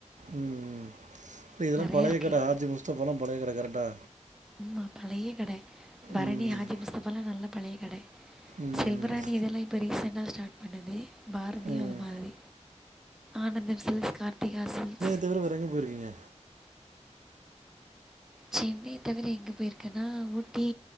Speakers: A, on the right (about 85°); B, in the centre.
A: ம் ம் இதெல்லா
B: நிறைய
A: பழைய
B: இருக்குது
A: கடை ஹாஜி முஸ்தபல்லா பழைய கட கரெட்டா
B: ம்மா பழைய கட பரணி
A: ம்
B: ஹாஜி முஸ்தபலா நல்ல பழைய கடை
A: ம்
B: செல்வராணி இதெல்லா இப்ப ரீசெண்டா ஸ்டார்ட் பண்ணது பாரதியு
A: ம்
B: அது மாரி ஆனந்தம் சில்ஸ் கார்த்திகா சில்ஸ்
A: இத தவிர வேற எங்க போயிருக்கீங்க
B: சென்னை தவிர எங்கே போயிருக்கேன்னா ஊட்டி